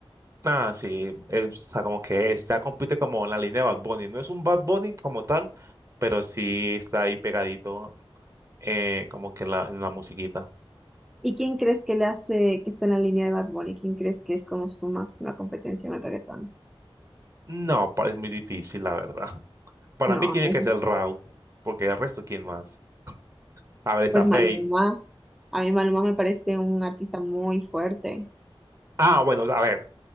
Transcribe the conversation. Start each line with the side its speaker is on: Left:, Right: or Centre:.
Right: Ah, sí, es, o sea, como que es- ya compite como en la línea de Bad Bunny, no es un Bad Bunny como tal, pero sí está ahí pegadito eh, como que la, en la musiquita.
Centre: ¿Y quién crees que le hace, que está en la línea de Bad Bunny? ¿Quién crees que es como su máxima competencia en el reggaetón?
Right: No, pa- es muy difícil, la verdad. Para
Centre: No,
Right: mí tiene
Centre: no
Right: que
Centre: es,
Right: ser Raw, porque el resto, ¿quién más? A ver, está
Centre: pues
Right: Fate.
Centre: Maluma. A mí Maluma me parece un artista muy fuerte.
Right: Ah, bueno, a ver,